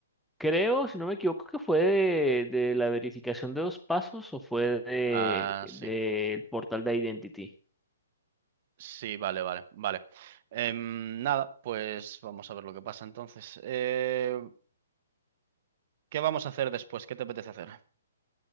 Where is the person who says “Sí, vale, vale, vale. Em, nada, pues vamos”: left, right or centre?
Right